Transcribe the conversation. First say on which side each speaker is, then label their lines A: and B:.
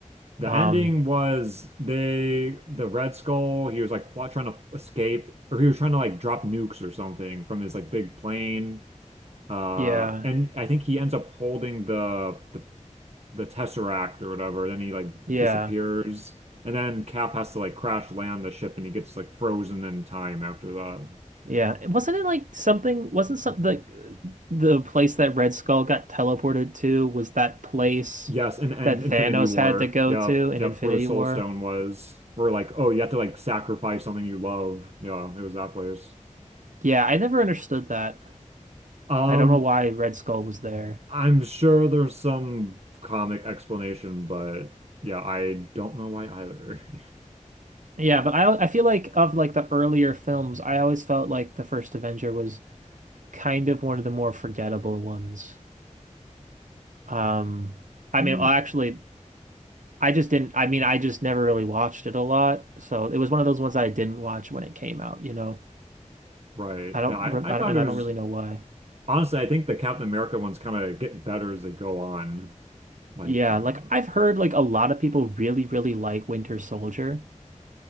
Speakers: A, on the right; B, on the right.
A: The
B: Um
A: ending was they the Red Skull, he was like fly, trying to escape or he was trying to like drop nukes or something from his like big plane. Uh
B: yeah.
A: and I think he ends up holding the the, the Tesseract or whatever, then he like
B: Yeah.
A: disappears. And then Cap has to like crash land the ship and he gets like frozen in time after that.
B: Yeah, wasn't it like something? Wasn't some the the place that Red Skull got teleported to was that place
A: Yes, and, and
B: that Thanos
A: Infinity War.
B: had to go
A: Yep,
B: to in
A: yep,
B: Infinity
A: where the Soul
B: War?
A: Stone was. Where like, oh, you have to like sacrifice something you love. Yeah, it was that place.
B: Yeah, I never understood that.
A: Um,
B: I don't know why Red Skull was there.
A: I'm sure there's some comic explanation, but yeah, I don't know why either. <laughs>
B: Yeah, but I I feel like of like the earlier films, I always felt like the first Avenger was kind of one of the more forgettable ones. Um, I
A: Mm,
B: mean, well, actually, I just didn't. I mean, I just never really watched it a lot, so it was one of those ones I didn't watch when it came out, you know.
A: Right.
B: I don't,
A: Yeah, I,
B: rem- I
A: I thought
B: don't, and
A: it
B: I
A: was
B: don't really know why.
A: honestly, I think the Captain America ones kind of get better as they go on. Like,
B: Yeah,
A: uh,
B: like I've heard like a lot of people really, really like Winter Soldier.